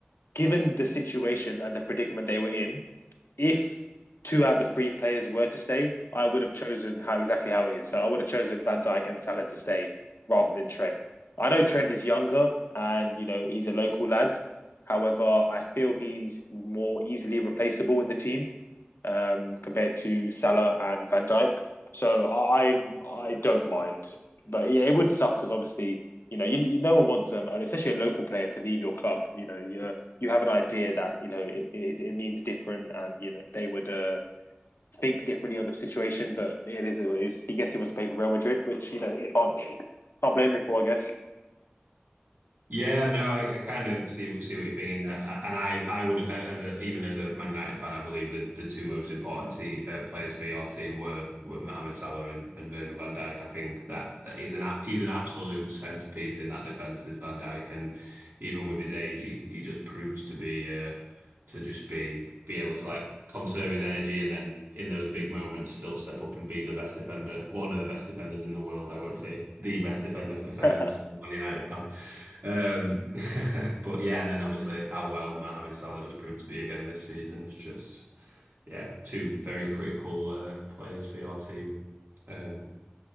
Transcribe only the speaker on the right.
Yeah, no, I, I kind of see see what you're thinking there, A- and I I would a- as a even as a Man United fan, I believe that the two most important te uh, players for your team were were Mohamed Salah and, and Virgil van Dijk. I think that that is an a- he's an absolute centerpiece in that defense is Van Dijk, and even with his age, he he just proves to be uh, to just be be able to like conserve his energy and then in those big moments still step up and be the best defender, one of the best defenders in the world. I won't say the best defender because
I am still a Man United fan. Um, <laughs> but yeah, and then obviously how well Mohamed Salah just proved to be again this season is just yeah, two very critical uh, players for your team. Um,